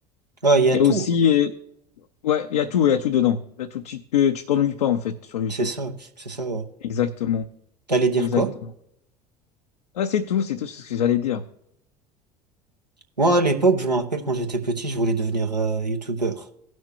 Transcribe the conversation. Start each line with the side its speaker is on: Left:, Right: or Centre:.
Right: Ouais, il y
Left: Et
Right: a tout.
Left: aussi, euh, ouais, il y a tout, il y a tout dedans. Il y a tout, tu te- tu t'ennuies pas, en fait, sur YouTube.
Right: C'est ça, c'est ça, ouais.
Left: Exactement,
Right: T'allais dire
Left: exactement.
Right: quoi?
Left: Ah, c'est tout, c'est tout ce que j'allais dire.
Right: Moi, à l'époque, je me rappelle quand j'étais petit, je voulais devenir euh, youtubeur.